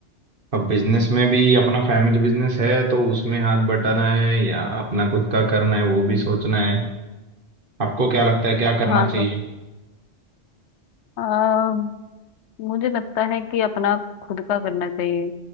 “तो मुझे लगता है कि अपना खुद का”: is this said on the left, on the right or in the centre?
Left